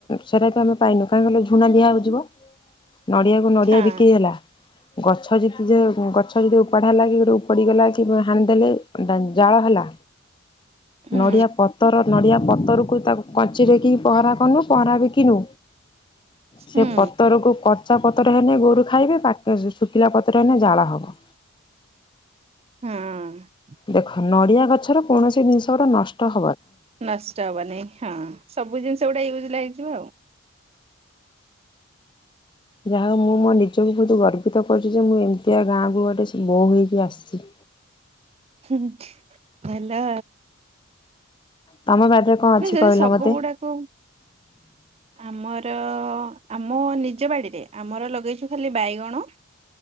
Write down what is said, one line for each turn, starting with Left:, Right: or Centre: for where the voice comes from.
Left: ସେଇଟା ବି ଆମେ ପାଇନୁ କାହିଁ କହିଲଲେ, ଝୁଣା ଦିଆ ହେଯିବ ନଡିଆକୁ ନଡିଆ
Right: ହଁ
Left: ବିକ୍ରି ହେଲା ଗଛ ଯଦି ଗଛ ଯଦି ଉପାଡ ହେଲା କି ଗୋଟେ ଉପଡିଗଲା କି ହାଣି ଦେଲେ ଡାଞ ଜାଳ ହେଲା।
Right: ହୁଁ
Left: ନଡିଆ ପତର ନଡିଆ ପତରକୁ ତାକୁ କଚିରେକି ପହରା କନୁ ପରାବେ କି ନୁ ସେ
Right: ହୁଁ
Left: ପତରକୁ କଚା ପତର ରୁ ଖାଇବେ ପାେ ଶୁଖିଲା ପତ୍ର ହେ ଜାଳ ହବ।
Right: ହଁ।
Left: ଦେଖ ନଡିଆ ଗଛର କୌଣସି ଜିନିଷ ଗୋଟେ ନଷ୍ଟ ହ
Right: ନଷ୍ଟ ହବନିଁ ହଁ ସବୁ ଜିନିଷ ଗୁଡ଼ା ୟୁଜ୍ ଲାଗିଯିବ ଆଉ।
Left: ଯାହା ମୁଁ ମୋ ନିଜକୁ ବହୁତ ଗର୍ବିତ କରୁଛି, ଯେ ମୁଁ ଏମିତିଆ ଗାଁକୁୁ ଗଟେ ବୋଉ ହେଇକି ଆସିଛି।
Right: ହ ଭଲ।
Left: ତମ ବାଡିରେ କଣ ଅଛି
Right: ନ ଯଦି
Left: କହିଲ
Right: ସବୁ
Left: ମତେ
Right: ଗୁଡାକୁ ଆମର ଆମ ନିଜ ବାଡ଼ିରେ ଆମର ଲଗେଇଛୁ ଖାଲି ବାଇଗଣ